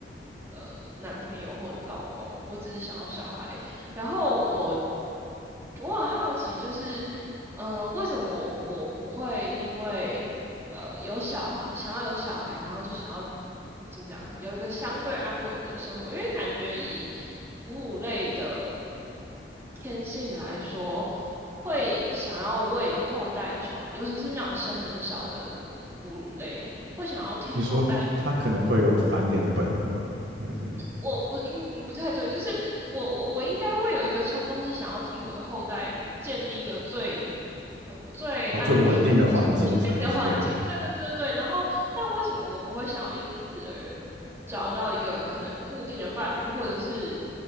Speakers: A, on the right (about 15°); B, on the right (about 85°).
A: 呃男朋友或老公，我只是想要小孩。然后我我很好奇，就是呃，为什么我不会因为呃有小孩，想要有小孩，然后就想要怎么讲，有一个相对安稳的生活，因为感觉以哺乳类的天性来说，会想要为后代创，尤其是那种生很少的哺乳类，会想要替后代
B: 你说可它可能会有繁衍的本能嘛？但是
A: 我不应嗯不太对，就是我我我应该会有一个冲动，是想要替我的后代建立一个最呃最安全、
B: 哦，最不稳定的环境什么之类的。
A: 最稳定的环境。对对对对对。然后，但为什么我不会想要因此而找到一个可能固定的伴侣，或者是